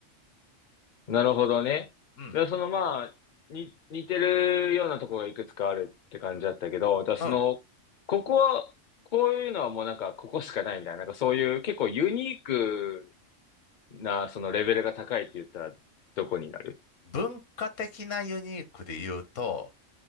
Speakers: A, on the left; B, on the left.
A: なるほどね。
B: うん。
A: で、そのまあ、に、似てるようなところがいくつかあるって感じだったけど、じゃあその、
B: うん。
A: ここは、こういうのはもうなんか、ここしかないみたいな、なんかそういう結構ユニークな、そのレベルが高いって言ったら、どこになる
B: 文化的なユニークで言うと、